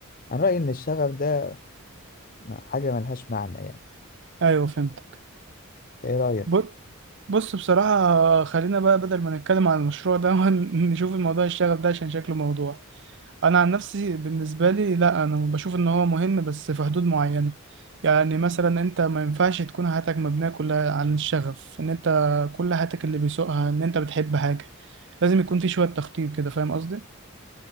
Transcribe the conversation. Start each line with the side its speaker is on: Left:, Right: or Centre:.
Left: انا رايي ان الشغف ده م- حاجه ملهاش معنى يعني
Right: أيوه فهمت
Left: إنت ايه رايك
Right: ب- بص بصراحة خلينا بقى بدل ما نتكلم عن المشروع ده <laughs> نشوف الموضوع الشغف ده عشان شكله موضوع أنا عن نفسي بالنسبة لي لا أنا بشوف إن هو مهم بس في حدود معينة يعني مثلا أنت ما ينفعش تكون حياتك مبنية كلها عن الشغف إن أنت كل حياتك اللي بيسوقها إن أنت بتحب حاجة لازم يكون في شوية تخطيط كده فاهم قصدي؟